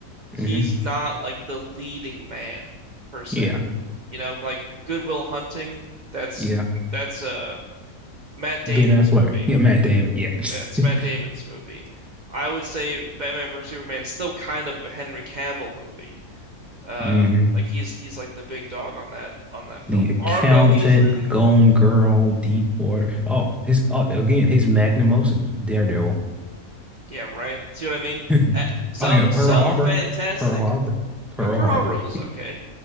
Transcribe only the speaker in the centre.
hmm
Yeah.
Yeah.
Ben Affleck.
Yeah, Matt Damon. Yeah.
<laughs>
hmm
The Accountant,
Gone
Girl, Deep Water. Oh, his oh, again, his magnum opus, Daredevil.
<laughs>
Oh yeah, Pearl
Harbor,
Pearl Harbor, Pearl
Harbor.